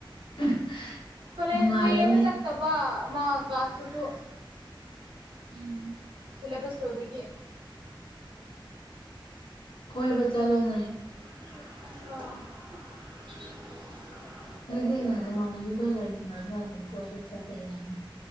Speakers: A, on the left (about 65°); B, on the right (about 65°).
A: <unintelligible> <inaudible>
B: ꯀꯂ
A: ꯅꯨꯡꯉꯥꯏꯌꯦꯅꯦ
B: ꯀ ꯑꯦꯕ ꯆꯠꯇꯄꯥ ꯃꯥ ꯀꯥꯁ ꯇꯨꯁꯨ
A: ꯎꯝ
B: ꯆꯂꯕ ꯁꯕꯒꯤ
A: ꯀꯣꯏꯕ ꯆꯠꯂꯣꯅꯦ
B: ꯑꯣ <unintelligible> <inaudible>
A: ꯑꯗꯨꯗ ꯃꯥꯅꯒꯤꯒꯣ ꯂꯗ ꯑꯗꯨꯝ ꯀꯣꯏꯜꯕ ꯆꯠ ꯀꯌꯥꯃꯦ